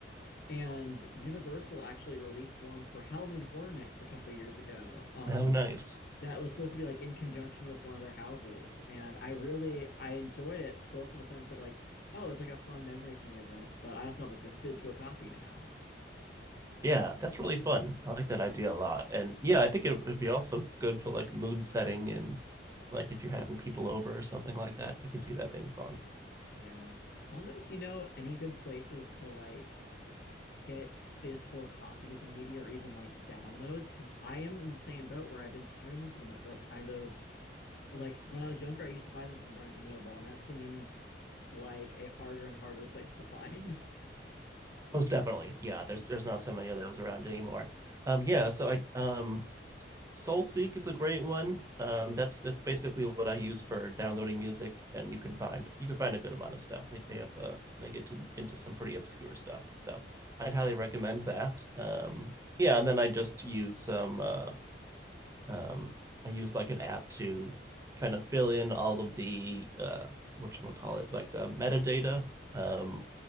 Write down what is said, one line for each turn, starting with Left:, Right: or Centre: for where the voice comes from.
Left: And Universal actually released one for Halloween Horror Nights a couple years ago. Um,
Right: How nice.
Left: that was supposed to be like in conjunction with one of their houses, and I really I enjoyed it both in the sense that like oh it's like a fun memory from the event, but I also have like a physical copy now.
Right: Yeah, that's really fun. I like that idea a lot. And yeah, I think it would be also good for like mood setting and like if you're having people over or something like that. I could see that being fun.
Left: Yeah, I don't know if you know any good places to like get physical copies of media or even like downloads because I am in the same boat where I've been streaming so much. I've kind of like when I was younger, I used to buy them from Barnes and Noble, and that seems like a harder and harder place to find. <laughs>
Right: Most definitely. Yeah, there's there's not so many of those around anymore. Um yeah, so I um Soulseek is a great one. Um, that's that's basically what I use for downloading music, and you can find you can find a good amount of stuff. They they have uh, they get to, into some pretty obscure stuff, so I'd highly recommend that. Um, yeah, and then I just use some uh, um, I use like an app to kind of fill in all of the uh, what should we call it, like the metadata. Um,